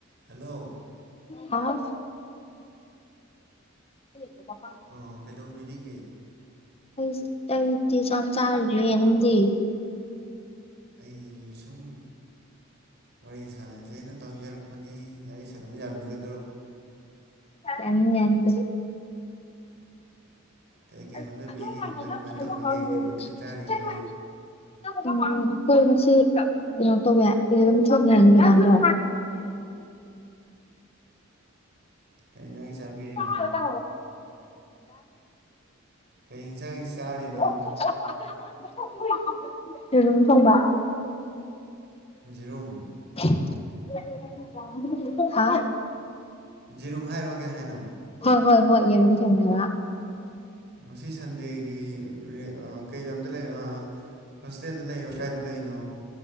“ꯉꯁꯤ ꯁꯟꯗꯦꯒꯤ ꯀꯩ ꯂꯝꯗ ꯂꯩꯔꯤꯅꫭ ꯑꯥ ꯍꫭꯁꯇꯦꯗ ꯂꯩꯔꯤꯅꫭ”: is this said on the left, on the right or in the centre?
Right